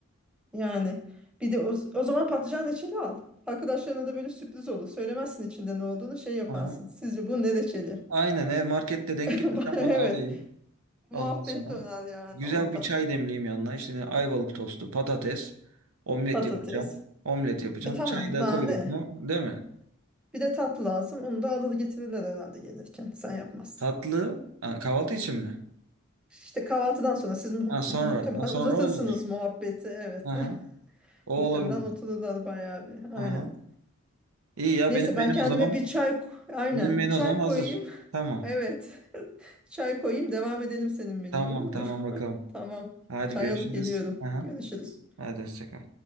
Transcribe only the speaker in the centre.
Yani bir de o, o zaman patlıcan reçeli al. Arkadaşlarına da böyle sürpriz olur. Söylemezsin içinde ne olduğunu şey yaparsın.
Sizce bu ne reçeli?
<laughs>
Evet.
Muhabbet
döner yani
oradan.
Patates.
E tamam
daha
ne?
Bir de tatlı lazım. Onu da alır getirirler herhalde gelirken. Sen yapmazsın.
İşte kahvaltıdan sonra siz mu-
muhtemelen
uzatırsınız
muhabbeti. Evet.
<laughs>
Muhtemelen
otururlar bayağı bir. Aynen.
Neyse
ben kendime
bir çay aynen
bir çay
koyayım. <laughs>
Evet. Çay koyayım devam edelim senin menüye
olur mu?
<laughs> Tamam.
Çay
alıp geliyorum.
Görüşürüz.